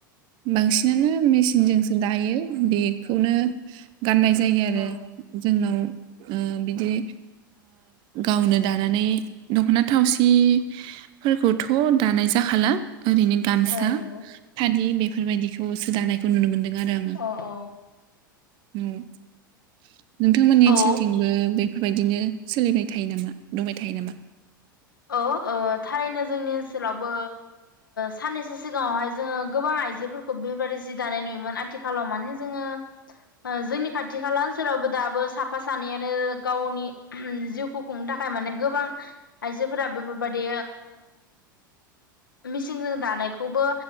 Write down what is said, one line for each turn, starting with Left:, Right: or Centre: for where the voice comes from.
Right: बांसिनानो मेसिनजोंसो दायो बेखौनो गाननाय जायो आरो
Left: औ
Right: जोंनाव बिदि गावनो दानानै दख'ना थावसि फोरखौथ' दानाय जाखाला ओरैनो गामसा
Left: औ नंगौ
Right: फलि बे बेफोरबायदिखौ सोदानायखौ नुनो मोन्दों आरो
Left: अ अ
Right: नोंथांमोननि
Left: औ
Right: ओनसोलथिंबो बे बेफोरबायदिनो सोलिबाय थायो नामा दंबाय थायो नामा
Left: औ थारैनो जोंनि ओनसोलावबो साननैसो सिगाङावहाय जोङो गोबां आइजोफोरखौ बेबारि जि दानाय नुयोमोन आथिखाल थि खाालाव मान जोङो जोंनि खाथि खाला ओनसोलावबो दाबो साफा सानैयानो गावनि जिउखौ खुंनो थाखाय माने गोबां आइजोफोरा बेफोरबदि मिसिंजों द बो